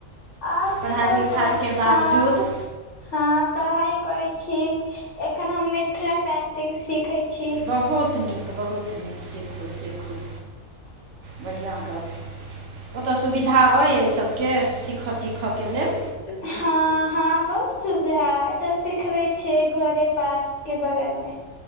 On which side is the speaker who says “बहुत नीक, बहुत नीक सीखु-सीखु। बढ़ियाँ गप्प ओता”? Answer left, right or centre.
Right